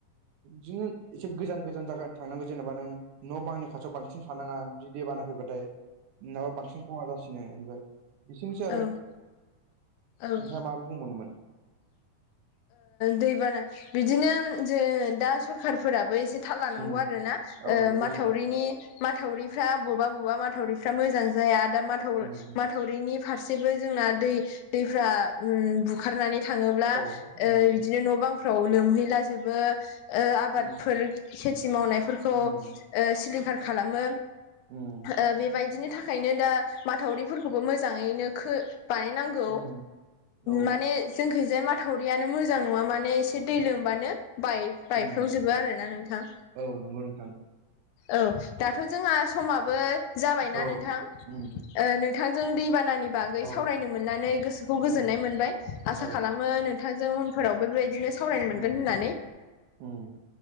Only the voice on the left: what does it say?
औ,
औ
दैबाना बिदिनो जों दा सरखारफोराबो एसे थाल लानांगौ
आरो ना
माथावरिनि
माथावरिफ्रा बबेबा- बबेबा माथावरिफ्रा मोजां जाया दा माथाव
माथावरिनि फारसेबो जोंना दै दैफ्रा ओंखारनानै थाङोब्ला
बिदिनो न' बांफ्राव लोमहैलाजोबो ओ आबादफोर
खेथि मावनायफोरखौ
ओ सिलिंखार खालामो।
ओ बेबायदिनि थाखायनो दा माथावरिफोरखौबो मोजां मोजाङैनो बानायनांगौ
माने जोंखैजाय माथावरियानो मोजां नङा माने एसे दै लोमबानो बाय बायफ्र्लावजोबो
आरोना नोंथां।
औ दाथ' जोंहा समाबो जाबायना
नोंथां
नोंथांजों दैबानानि बागै
सावरायनो मोननानै गोसोखौ
गोजोननाय मोनबाय। आसा
खालामो नोंथांजों उनफोरावबोबायदिनो सावरायनो
मोनगोन होननानै।